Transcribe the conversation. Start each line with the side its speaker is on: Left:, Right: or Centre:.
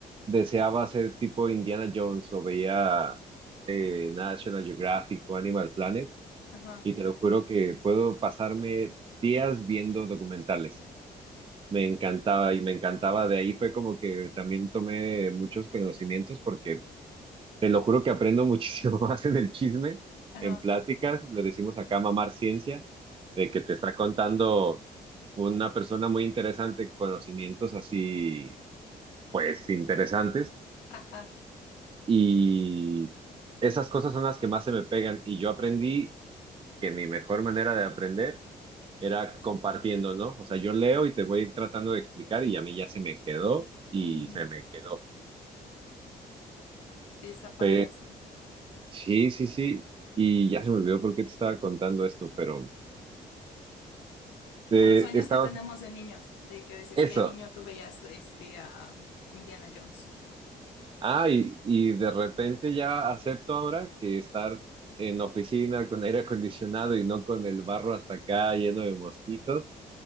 Right: deseaba ser tipo Indiana Jones o veía eh, National Geographic o Animal Planet
Left: Ajá,
Right: y te lo juro que puedo pasarme días viendo documentales. Me encantaba y me encantaba. De ahí fue como que también tomé muchos conocimientos porque te lo juro que aprendo muchísimo <laughs> más en el chisme,
Left: ajá,
Right: en pláticas. Le decimos acá mamar ciencia, de que te está contando una persona muy interesante, conocimientos así pues interesantes
Left: ajá.
Right: y esas cosas son las que más se me pegan y yo aprendí que mi mejor manera de aprender era compartiendo, ¿no? O sea, yo leo y te voy tratando de explicar y a mí ya se me quedó y
Left: Ujú.
Right: se me quedó.
Left: Sí, está padre,
Right: Pero,
Left: sí.
Right: sí, sí, sí. Y ya se me olvidó por qué te estaba contando esto, pero eh,
Left: Por los sueños
Right: estaba
Left: que tenemos de niños, de que decías
Right: eso.
Left: que de niño tú veías este a Indiana Jones.
Right: Ah, y, y de repente ya acepto ahora que estar en oficina con aire acondicionado y no con el barro hasta acá lleno de mosquitos